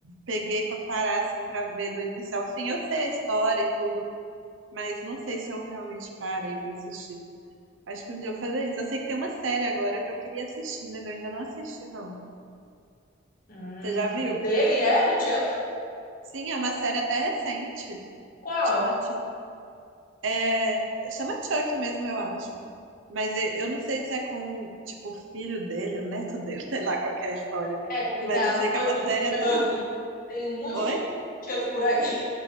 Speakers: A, on the right; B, on the left.
A: peguei pra parar assim pra ver do início ao fim. Eu sei a história e tudo, mas não sei se eu realmente parei pra assistir. Acho que um dia eu vou fazer isso. Eu sei que tem uma série agora que eu queria assistir, mas eu ainda não assisti, não.
B: Hum,
A: Você já viu?
B: o dele é do Chuck?
A: Sim, é uma série até recente.
B: Qual?
A: Chama É, chama Chuck mesmo, eu acho. Mas eu, eu não sei se é com, tipo, o filho dele, o neto dele, <laughs> sei lá qual que é a história.
B: É, porque
A: Mas
B: tem a
A: eu sei que
B: noiva
A: é uma
B: do
A: série
B: Chuck.
A: até não.
B: Tem um monte
A: Oi?
B: de Chuck por aí.